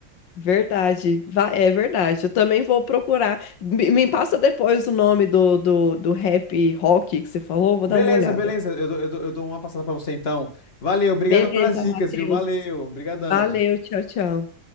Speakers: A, on the left; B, on the left.
A: Verdade. Va- É verdade. Eu também vou procurar. Me me passa depois o nome do, do, do rap rock que você falou, vou
B: Beleza,
A: dar uma olhada.
B: beleza, eu, dou- eu, dou- eu dou uma passada pra você então. Valeu, obrigadão
A: Beleza,
B: pelas dicas,
A: Matheus.
B: viu? Valeu, obrigadão.
A: Valeu, tchau, tchau.